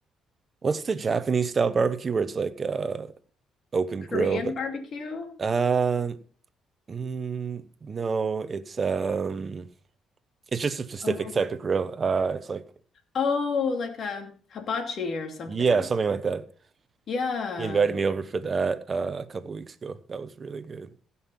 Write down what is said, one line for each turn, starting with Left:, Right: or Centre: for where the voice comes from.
Right: what's the Japanese style barbecue where it's like uh open
Left: Korean
Right: grill but
Left: barbecue?
Right: uh mm, no, it's um it's just a specific
Left: Oh,
Right: type of grill. Uh it's like
Left: Oh, like a hibachi or something.
Right: yeah, something like that.
Left: Yeah.
Right: He invited me over for that uh, a couple weeks ago. That was really good.